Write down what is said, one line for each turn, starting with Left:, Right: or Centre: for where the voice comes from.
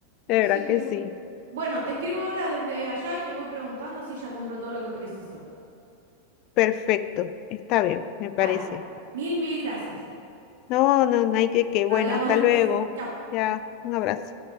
Left: De
Right: Así
Left: verdad
Right: que.
Left: que sí.
Right: Bueno, te escribo ahora desde allá y te voy preguntando si ya compró todo lo que preciso.
Left: Perfecto. Está bien, me parece.
Right: Dale. Mil, mil gracias.
Left: No, no, no hay que, que, bueno,
Right: Hablamos
Left: hasta
Right: después.
Left: luego.
Right: Chau.
Left: Ya, un abrazo.